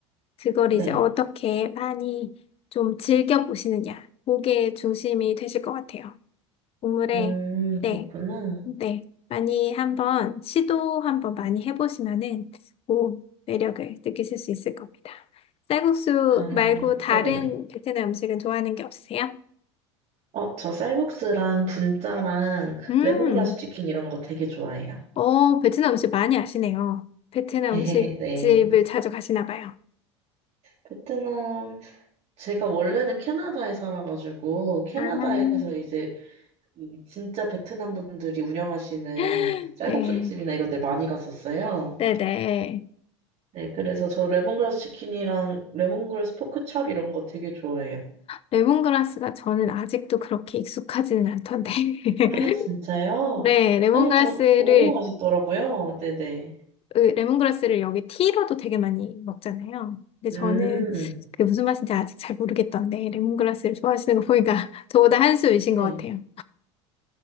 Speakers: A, on the left; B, on the right.
A: 그걸 이제
B: 네.
A: 어떻게 많이 좀 즐겨 보시느냐. 그게 중심이 되실 것 같아요. 오물에
B: 음,
A: 네.
B: 그렇구나.
A: 네, 많이 한번 시도 한번 많이 해보시면은 오 매력을 느끼실 수 있을 겁니다. 쌀국수
B: 아,
A: 말고 다른
B: 네네.
A: 베트남 음식은 좋아하는 게 없으세요?
B: 어, 저 쌀국수랑 분짜랑
A: 음,
B: 레몬그라스 치킨 이런 거 되게 좋아해요.
A: 어 베트남 음식 많이 아시네요. 베트남
B: <laughs>
A: 음식집을
B: 네.
A: 자주 가시나 봐요.
B: 베트남 제가 원래는 캐나다에 살아가지고, 캐나다에서
A: 아,
B: 이제 이 진짜 베트남 분들이 운영하시는
A: <gasps>
B: 쌀국수집이나
A: 네,
B: 이런 데 많이 갔었어요.
A: 네네.
B: 네, 그래서 저 레몬그라스 치킨이랑 레몬그라스 포크찹 이런 거 되게 좋아해요.
A: 레몬그라스가 저는 아직도 그렇게 익숙하지는 않던데. <laughs>
B: 아, 진짜요?
A: 네, 레몬그라스를
B: 아니, 저 너무 맛있더라고요. 네네.
A: 그 레몬그라스를 여기 티로도 되게 많이 먹잖아요. 근데 저는
B: 음,
A: 그게 무슨 맛인지 아직 잘 모르겠던데 레몬그라스를 좋아하시는 거 보니까 <laughs> 저보다 한 수 위신
B: 네.
A: 것 같아요.